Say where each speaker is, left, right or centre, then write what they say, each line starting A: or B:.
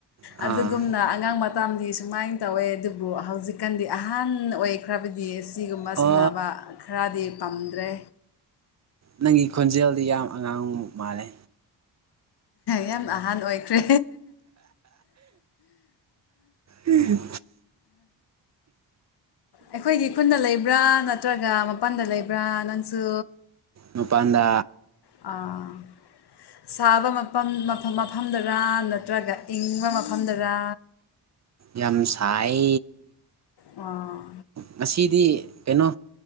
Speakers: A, on the right; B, on the left.
A: ꯑꯥ
B: ꯑꯗꯨꯒꯨꯝꯅ ꯑꯉꯥꯡ ꯃꯇꯝꯗꯤ ꯁꯨꯃꯥꯏꯅ ꯇꯧꯋꯦ ꯑꯗꯨꯕꯨ ꯍꯧꯖꯤꯛꯀꯥꯟꯗꯤ ꯑꯍꯟ ꯑꯣꯏꯈ꯭ꯔꯕꯗꯤ ꯁꯤꯒꯨꯝꯕ
A: ꯑꯣ
B: ꯁꯥꯟꯅꯕ ꯈꯔꯗꯤ ꯄꯥꯝꯗ꯭ꯔꯦ꯫
A: ꯅꯪꯒꯤ ꯈꯣꯟꯖꯦꯜꯗꯤ ꯌꯥꯝ ꯑꯉꯥꯡ ꯃꯥꯜꯂꯦ꯫
B: ꯌꯥꯝ ꯑꯍꯟ ꯑꯣꯏꯈ꯭ꯔꯦ
A: ꯎꯝ
B: ꯑꯩꯈꯣꯏꯒꯤ ꯈꯨꯟꯗ ꯂꯩꯕ꯭ꯔꯥ ꯅꯠꯇ꯭ꯔꯒ ꯃꯄꯥꯟꯗ ꯂꯩꯕ꯭ꯔꯥ ꯅꯪꯁꯨ꯫
A: ꯃꯄꯥꯟꯗ꯫
B: ꯑꯥ꯫ ꯁꯥꯕ ꯃꯐꯝ ꯃꯐꯝ ꯃꯐꯝꯗꯔꯥ ꯅꯠꯇ꯭ꯔꯒ ꯏꯪꯕ ꯃꯐꯝꯗꯔ꯫
A: ꯌꯥꯝ ꯁꯥꯏ꯫
B: ꯑꯥ
A: ꯉꯁꯤꯗꯤ ꯀꯩꯅꯣ